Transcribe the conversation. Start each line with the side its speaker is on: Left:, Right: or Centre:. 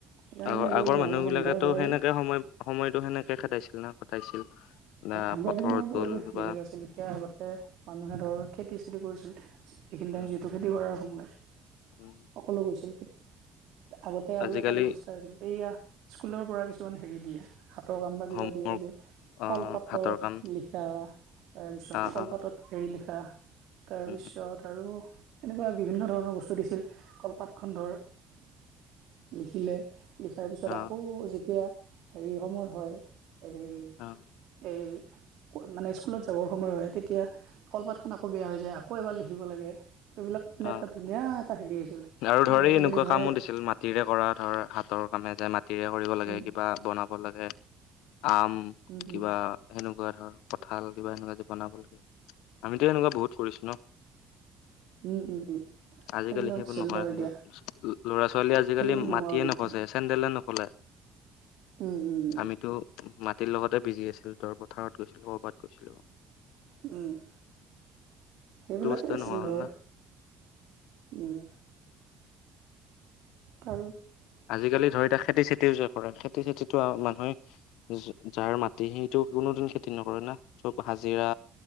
Right: সেইকাৰণে
Left: আগৰ-আগৰ
Right: আজিকালি গৰমৰ
Left: মানুহ বিলাকেতো
Right: বন্ধৰ ধৰ
Left: সেনেকে সময় সময়তটো সেনেকে খেদাইছিল না, কটাইছিল না
Right: আগৰ
Left: পথাৰত
Right: দিনৰ পৰিৱেশ
Left: গ'ল বা
Right: বেলেগ আছিল, এতিয়া আগতকে মানুহে ধৰ খেতি চেতি কৰিছিল, এইখিনি
Left: উম
Right: টাইম যিহেতু খেতি কৰাৰ সময়,
Left: উম
Right: সকলো গৈছিল। আগতে আৰু
Left: আজিকালি
Right: এটা ব্যৱস্থা আছিল এইয়া স্কুলৰ পৰা কিছুমান হেৰি দিয়ে। হাতৰ কাম বা কিবা
Left: হোমৱৰ্ক
Right: দিয়ে যে,
Left: আহ
Right: কলপাতত
Left: হাতৰ কাম
Right: লিখা তাৰপিছত
Left: আহ
Right: কলপাতত
Left: আহ
Right: হেৰি লিখা, তাৰপিছত
Left: উম
Right: আৰু এনেকুৱা বিভিন্ন ধৰণৰ বস্তু দিছিল, কলপাত খন ধৰ লিখিলে লিখাৰ পিছত আকৌ
Left: আহ
Right: যেতিয়া হেৰি সময় হয়, হেৰি
Left: আহ
Right: এই মানে স্কুলত যাবৰ সময় হয়, তেতিয়া কলপাতখন আকৌ বেয়া হৈ যায়, আকৌ এবাৰ লিখিব লাগে। সেইবিলাক মানে
Left: আহ
Right: এটা ধুনীয়া এটা হেৰি আছিল,
Left: আৰু
Right: কিন্তু
Left: ধৰি
Right: আজিকালি
Left: এনেকুৱা
Right: ধৰ
Left: কামো দিছিল মাটিৰে কৰা ধৰ হাতৰ কামে যে মাটিৰে কৰিব লাগে,
Right: উম
Left: কিবা বনাব লাগে আম,
Right: উম
Left: কিবা
Right: উম
Left: এনেকুৱা ধৰ কঁঠাল কিবা এনেকুৱা যে বনাব লাগে, আমিতো এনেকুৱা বহুত কৰিছো ন?
Right: উম', উম', উম'
Left: আজিকালি
Right: সেইবিলাক
Left: সেইবোৰ
Right: আছিল
Left: নোহোৱা
Right: ধৰ
Left: হল
Right: এতিয়া
Left: ল'ৰা ছোৱালী আজিকালি
Right: সেইবিলাক নোহোৱা
Left: মটিয়ে
Right: হ'ল এতিয়া
Left: নখচে চেন্দেলে নখ লে
Right: উম উম উম
Left: আমিতো মাত তিৰ লগতে বিজি আছিলো, ধৰ পথাৰত গৈছিলো ক'ৰবাত গৈছিলো।
Right: উম', সেইবিলাকেই
Left: সেইটো বস্তুৱে
Right: আছিল
Left: নোহোৱা হ'ল
Right: ধৰ।
Left: না
Right: উম', তা
Left: আজিকালি ধৰ এতিয়া খেতি চেতি তিও যে কৰে, খেতি চেতিটো মানুহে যাৰ মাটি সেইটো কোনোদিন খেতি নকৰে না? চব হাজিৰা